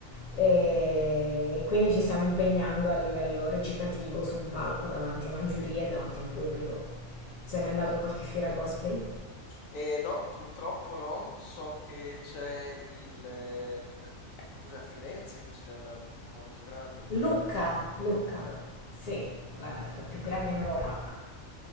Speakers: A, on the left (about 45°); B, on the left (about 80°).
A: e quindi ci stiamo impegnando a livello recitativo su un palco davanti a una giuria e davanti a un pubblico. Sei mai andato a qualche fiera cosplay?
B: Eh, no, purtroppo no. So che c'è il... eh, cos'è, a Firenze che ce n'è una molto grande di fiera,
A: Lucca, Lucca,
B: Lucca.
A: sì, la la più grande in Europa.